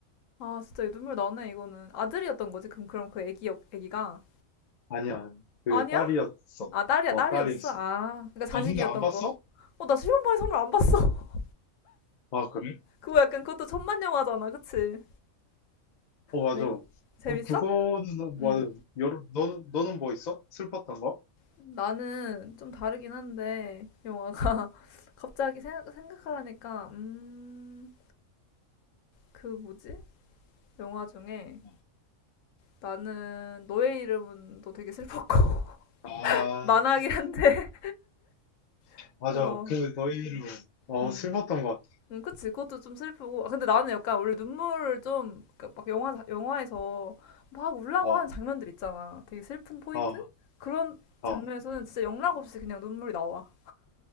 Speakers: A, on the left; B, on the left.
A: 아, 진짜 눈물 나네, 이거는. 아들이었던 거지? 그럼, 그럼 그 애기, 역- 애기가?
B: 아니야, 그
A: 아니야?
B: 딸이었어.
A: 아, 딸이야,
B: 어,
A: 딸이었어?
B: 딸이었어.
A: 아, 그러니까 자식이었던
B: 어, 근데 안 봤어?
A: 거. 어, 나 실험반에 선물 안 봤어. <laughs>
B: 아, 그래?
A: 그거 약간 그것도 천만 영화잖아, 그치?
B: 어, 맞아.
A: 네. 재밌어?
B: 그럼 그거는, 뭐,
A: 응.
B: 여러, 너는, 너는 뭐 있어? 슬펐던 거?
A: 나는 좀 다르긴 한데, 영화가 <laughs> 갑자기 생각, 생각하라니까, 음, 그 뭐지? 영화 중에
B: 어.
A: 나는 너의 이름은도 되게 슬펐고.
B: 아,
A: 만화긴 한데. <laughs>
B: 맞아.
A: 어.
B: 그, 너희는, 어,
A: 음.
B: 슬펐던 것
A: 음, 그치. 그것도 좀 슬프고. 아, 근데 나는 약간 원래 눈물을 좀, 그막 영화, 영화에서 막 울라고
B: 같아. 어,
A: 하는 장면들 있잖아. 되게 슬픈 포인트?
B: 어,
A: 그런 장면에서는
B: 어.
A: 진짜 영락 없이 그냥 눈물이 나와.